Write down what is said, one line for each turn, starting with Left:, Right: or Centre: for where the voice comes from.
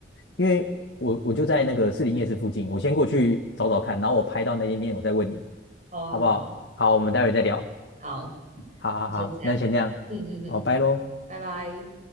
Left: 因为我我就在那个士林夜市附近，我先过去找找看，然后我拍到那间店，我再问你，
Right: 好啊，
Left: 好不好？
Right: 好啊，
Left: 好，我们待会再聊。
Right: 好，好
Left: 好好好，
Right: 先这样，
Left: 那先这样，
Right: 嗯嗯嗯嗯，
Left: 哦，拜喽。
Right: 拜拜。